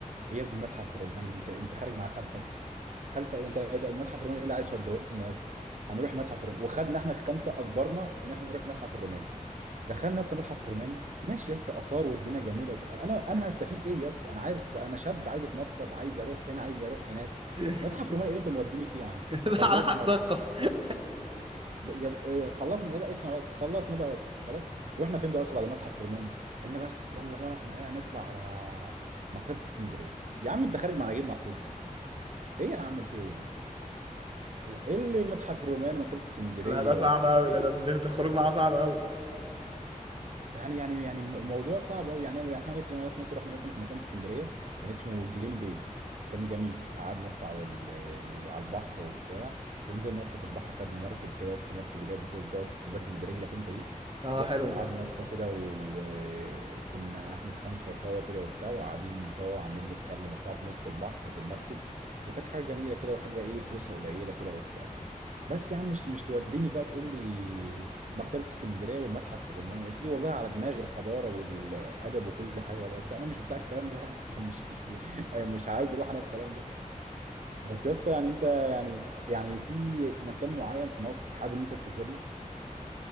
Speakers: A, on the right (about 65°); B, on the right (about 40°).
A: ايه يا ابني المتحف الروماني ده انت انت خارج مع خالتك خالتك ايه انت ده المتحف الروماني اللي عايز توديه لنا يا ابني هنروح المتحف الروماني وخدنا احنا الخمسه اجبرنا ان احنا نروح المتحف الروماني دخلنا لسه متحف الروماني ماشي يا اسطى اثار والدنيا جميله وبتاع. انا انا هستفيد ايه يا اسطى انا عايز انا شاب عايز اتنطط عايز اروح هنا عايز اروح هناك
B: <laughs>
A: متحف روماني ايه اللي انت موديني فيه يا عم
B: لا
A: خلصنا
B: على حسب
A: يا اسطى
B: الثقافة
A: ب- يا- آه، خلصنا لا لا، اسمع بس خلصنا بقى يا اسطى خلاص رحنا فين بقى يا اسطى بعد المتحف الروماني قال لنا بس يلا بقى احنا ايه هنطلع على مكتبه اسكندريه يا عم انت خارج مع نجيب محفوظ ايه يا عم في ايه يا عم قال- ايه اللي متحف الروماني ومكتبه اسكندريه
B: لا ده صعب
A: وبتاع
B: قوي
A: في
B: ده
A: إيه؟
B: ده ده الخروج معاه صعب قوي
A: يعني يعني يعني م- موضوع صعب قوي يعني يعني احنا بس بس ناس رحنا مثلا في مكان في اسكندريه كان اسمه جليم باي كان جميل قعدنا نص على ال- على البحر وبتاع ونزلنا نص في البحر خدنا مركب كده يا اسطى مركب اللي هي بت- بتقعد تبدل برجلك انت دي
B: اه
A: وبس
B: حلوه
A: وقعدنا
B: دي
A: يا اسطى كده وكنا احنا الخمسه سوا كده وبتاع وقاعدين سوا وعمالين نتكلم وبتاع في نص البحر بالمركب وكانت حاجه جميله كده وحاجه ايه فلوسها قليله كده وبتاع بس يا عم مش مش توديني بقى تقول لي مكتبة اسكندرية والمتحف الروماني يا سيدي والله على دماغي الحضارة والأدب وكل حاجة والله بس أنا مش بتاع الكلام ده يعني <laughs> مش مش مش عايز أروح أنا الكلام ده بس يا اسطى يعني أنت يعني يعني في مكان معين في مصر حابب إن أنت تسافر له؟